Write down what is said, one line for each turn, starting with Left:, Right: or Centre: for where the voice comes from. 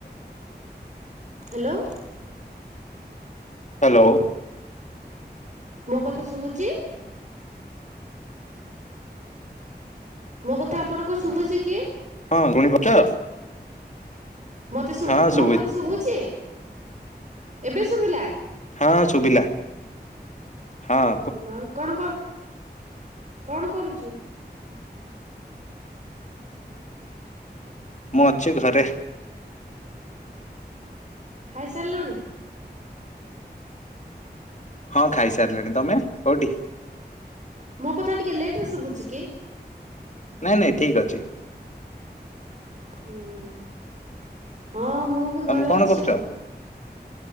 Right: Hello.
Left: Hello.
Right: ମୋ କଥା ଶୁବୁଛି? ମୋ କଥା ଆପଣଙ୍କୁ ଶୁବୁଚି କି?
Left: ହଁ <unintelligible>
Right: ମତେ ଶୁ
Left: ହଁ ଶୁଭି
Right: ମୋ କଥା ଶୁବୁଛି ଏବେ ଶୁଭିଲା।
Left: ହାଁ ଶୁବିଲା ହାଁ।
Right: ଆଉ କଣ କ କଣ କରୁଛୁ?
Left: ମୁଁ ଅଛି ଘରେ।
Right: ଖାଇସାରିଲଣି?
Left: ହଁ ଖାଇସାରିଲିଣି ତମେ କୋଉଠି?
Right: ମୋ କଥା ଟିକେ ଲେଟ୍ ରେ ଶୁଭୁଛି କି?
Left: ନାଇଁ ନାଇଁ ଠିକ୍ ଅଛି।
Right: ହୁଁ ହଁ ମୁଁ ବି
Left: ତମେ
Right: ଘରେ
Left: କଣ
Right: ଅଛି
Left: କରୁଛ
Right: ଆଉ।